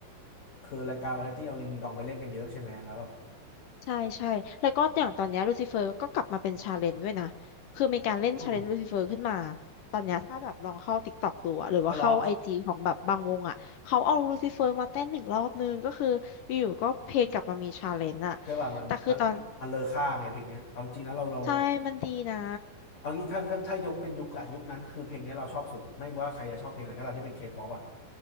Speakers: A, on the left (about 50°); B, on the left (about 65°).
A: คือรายการวาไรตี้เอาลิงดิงดองไปเล่นกันเยอะใช่ไหมแล้วแบบ
B: ใช่ใช่แล้วก็อย่างตอนเนี้ลูซิเฟอร์ก็กลับมาเป็นชาเลนจ์ด้วยนะ คือมีการเล่นชาเลนจ์ลูซิเฟอร์ขึ้นมา
A: อ๋อ
B: ตอนเนี้ยถ้าแบบลองเข้า TikTok ดูอะหรือว่าเข้าไอจีของแบบบางวงอะเขาเอาลูซิเฟอร์มาเต้นหนึ่งรอบนึงก็คืออยู่ๆก็เพลงกลับมามีชาเลนจ์อะ
A: เอาเหรอเชื่อป่ะมันมันมันเลอค่าไงเพลงเนี้ยเอาจริงนะเราเรา
B: แต่คือตอนใช่มันดีนะ
A: เอางี้ถ้าถ้าถ้ายกเป็นยุคอะยุคนั้นคือเพลงเนี้ยเราชอบสุดไม่ว่าใครจะชอบเพลงอะไรก็ตามที่เป็นเคป๊อปอะ